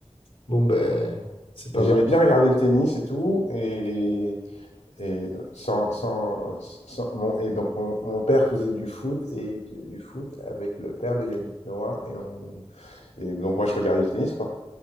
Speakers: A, on the left (about 50°); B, on the left (about 80°).
A: Bon, ben, c'est pas
B: Mais j'aimais
A: mal.
B: bien regarder le tennis et tout, et, et sans, sans, sans- mon, et donc mon, mon père faisait du foot, et il faisait du foot avec le père de Yannick Noah, et on, Et donc moi je regardais le tennis quoi.